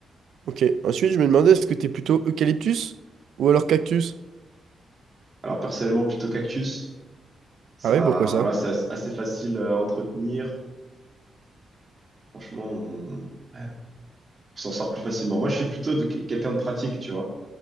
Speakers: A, on the right (about 75°); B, on the right (about 25°).
A: Ok, ensuite, je me demandais est-ce que t'es plutôt eucalyptus ou alors cactus?
B: Alors personnellement, plutôt cactus. Ça,
A: Ah oui, pourquoi ça?
B: voilà, c'est as- assez facile euh, à entretenir. Franchement, on, ouais, on s'en sort plus facilement. Moi, je suis plutôt de- quelqu'un de pratique, tu vois.